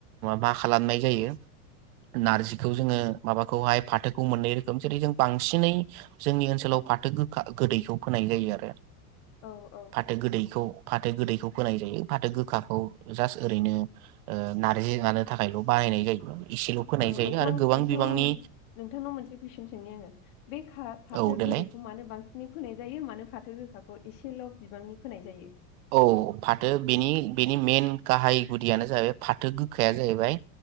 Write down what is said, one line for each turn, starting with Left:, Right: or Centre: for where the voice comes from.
Right: मा खालामनाय जायो नारजिखौ जोङो माबाखौहाय फाथोखौ मोननै रोखोम जेरै जों बांसिनै जोंनि ओनसोलाव फाथो खा गोदैखौ फोनाय जायो आरो।
Left: औ औ
Right: फाथो गोदैखौ फाथो गोदैखौ फोनाय
Left: औ
Right: जायो। गोखाखौ जास्ट ओरैनो नारजि जानो थाखायल' बाहायनाय जायो। एसेल' फोनाय
Left: औ
Right: जायो
Left: नोंथां
Right: आरो गोबां
Left: नोंथांनाव
Right: बिबांनि
Left: नोंथांनाव मोनसे कुइसन सोंनि आङो बे फाथो
Right: औ देलाय
Left: गोदैखौ मानो बांसिनै फोनाय जायो मानो फा <unintelligible> खौ एसेल' बिबांनि फोनाय जायो?
Right: औ फाथो बेनि बेनि मेन गाहाय गुदियानो जाहैबाय फाथो गोखाया जाहैबाय।